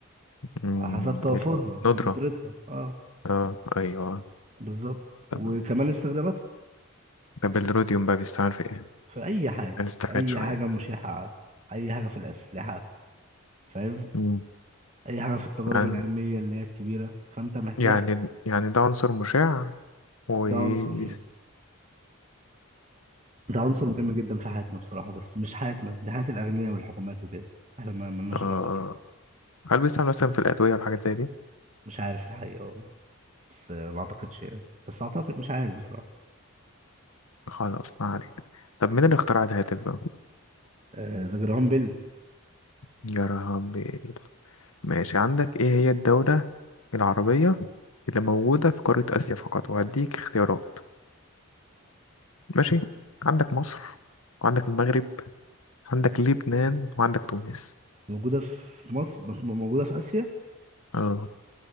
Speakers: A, on the left; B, on the right.
A: مم،
B: على حسب توافرها
A: الندرة
B: وندرتها اه
A: اه ايوه
B: بالظبط وكمان
A: طب
B: استخداماتها
A: طب الروديوم بقى بيستعمل في ايه
B: في اي حاجه
A: هنستفاد
B: اي
A: شوية
B: حاجه مشعه اي حاجه في الاسلحه فاهم
A: مم.
B: اي حاجه في التجارب
A: يعني
B: العلميه اللي هي الكبيره فانت محتاج
A: يعني يعني ده عنصر مشع وبيست...
B: ده عنصر ده عنصر مهم جدا في حياتنا بصراحه بس مش حياتنا دي حياه الاغنياء والحكومات وكده احنا ما ملناش
A: آه
B: علاقه بيه
A: هل بيستعمل مثلا في الأدوية والحاجات زي دي؟
B: مش عارف الحقيقه والله بس ما اعتقدش يعني بس اعتقد مش عارف بصراحه
A: خلاص ما عليك طب مين اللي اخترع الهاتف بقى؟
B: آه، ده جرهام بيل
A: يا ربي ماشي عندك ايه هي الدولة العربية اللي موجودة في قارة آسيا فقط وهديك اختيارات ماشي عندك مصر وعندك المغرب عندك لبنان وعندك تونس
B: موجوده في مصر بس موجوده في اسيا
A: اه